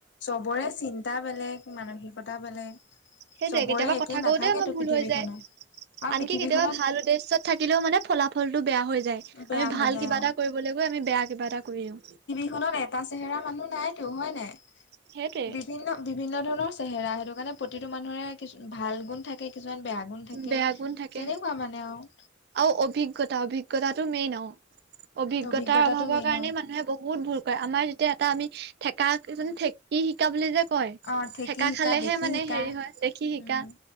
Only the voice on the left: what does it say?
চবৰে চিন্তা বেলেগ। মানসিকতা বেলেগ।
চবৰে
একেই
নাথাকেতো
পৃথিৱীখনত
আৰু
পৃথিৱীখনত
বেয়া
হৈ যায়
অ
<inaudible> এটা চেহেৰা মানুহ নাইতো হয় নাই
বিভিন্ন বিভিন্ন ধৰণৰ চেহেৰা সটো কাৰণে প্ৰতিতটো মানুহৰে কিছু ভাল গুণ থাকে কিছুমান বেয়া গুণ থাকে
তেনেকুৱা মানে আৰু
অভিজ্ঞতাটো
মেইন
আৰু
অ ঠেকি
শিকা
দেখি
শিকা
উম